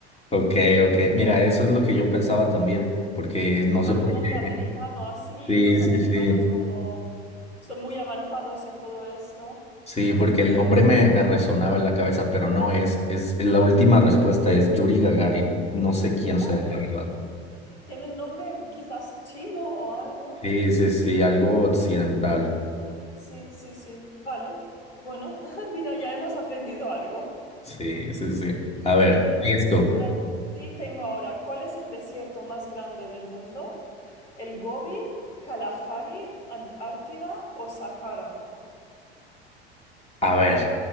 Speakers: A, on the left; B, on the left.
A: Ok, ok. Mira, eso es lo que yo pensaba también, porque no
B: igual
A: sé por
B: un nombre
A: qué.
B: americano así,
A: Sí,
B: y los
A: sí,
B: americanos
A: sí.
B: como son muy avanzados en todo esto,
A: Sí, porque
B: pues,
A: el nombre me, me resonaba en la cabeza, pero no, es, es, la última respuesta es Yuri Gagarin. No sé quién
B: ah,
A: sea, la verdad.
B: tienen nombre quizás chino o algo.
A: Sí, sí, sí, algo occidental.
B: Sí, sí, sí. Vale. Bueno, <laughs> mira, ya hemos aprendido algo.
A: Sí, sí, sí. A ver,
B: Entonces,
A: listo.
B: para ti tengo ahora, ¿cuál es el desierto más grande del mundo? ¿El Gobi, Kalahari, Antártida o Sahara?
A: A ver,